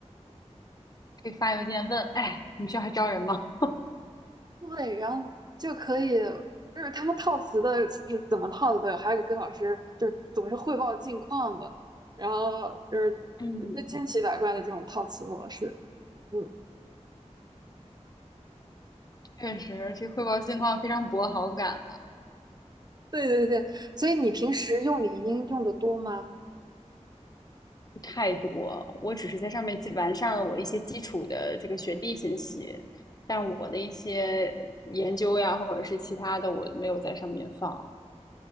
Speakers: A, on the left (about 30°); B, on the right (about 35°).
A: 可以发邮件问，哎，你们学校还招人吗？
B: 对，然后就可以，就是他们套词的是怎么套的都有，还有跟老师就是总是汇报近况的，然后就是
A: 嗯，
B: 就千奇百怪的这种套词模式。嗯，
A: 确实，这汇报近况非常博好感啊。
B: 对对对，所以你平时用领英用的多吗？
A: 太多，我只是在上面基完善了我一些基础的这个学历信息，但我的一些研究呀，或者是其他的，我没有在上面放。